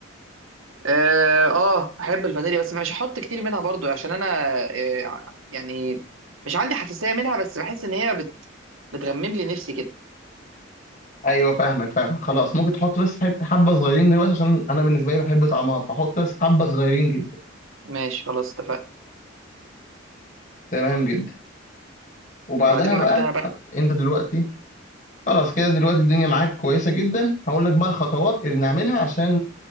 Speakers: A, on the right; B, on the left.
A: اه آه، احب الفانيليا بس مش هحط كتير منها برضو عشان انا آه يعني مش عندي حساسيه منها بس بحس ان هي بت... بتغمم لي نفسي كده
B: ايوه فاهمك فاهمك خلاص ممكن تحط بس حب- حبه صغيرين دلوقتي عشان انا بالنسبه لي بحب طعمها فحط بس حبه صغيرين جدا
A: ماشي خلاص اتفقنا
B: تمام جدا وبعدها
A: بعدين
B: بقى
A: بعدها بقى
B: حط انت دلوقتي خلاص كده دلوقتي الدنيا معاك كويسه جدا هقول لك بقى الخطوات اللي نعملها عشان